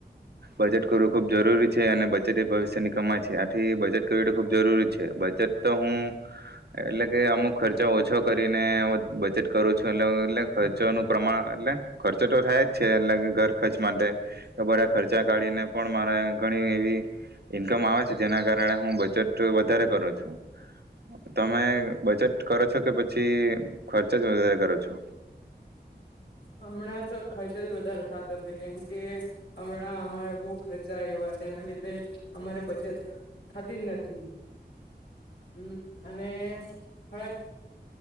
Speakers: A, on the right; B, on the left.
A: બજેટ કરવું ખૂબ જરૂરી છે અને બચેટ એ ભવિષ્યની કમાઈ છે આથી બજેટ કરવી એ તો ખૂબ જરૂરી છે બજેટ તો હું એટલે કે અમુક ખર્ચા ઓછો કરીને બચેટ કરું છું એટલે એટ ખર્ચોનું પ્રમાણ એટલે ખર્ચો તો થાય જ છે એટલે ઘર ખર્ચ માટે બધા ખર્ચા કાઢીને પણ મારે ઘણી એવી ઈન્કમ આવે છે જેના કારણે હું બચેટ વધારે કરું છું તમે બચેત કરો છો કે પછી ખર્ચ જ વધારે કરો છો
B: હમણાં તો ખર્ચ જ વધારે થતોશે કેમ કે હમણાં અમારે બહુ ખર્ચા એવા તેના લીધે અમારે બચત થતી જ નથી હમ અને થોડાક